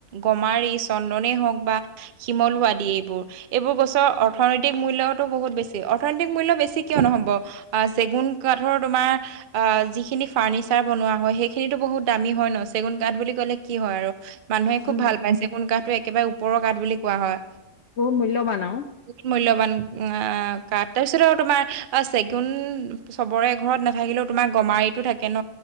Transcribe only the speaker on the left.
উম,
বহুত মূল্যবান আউ।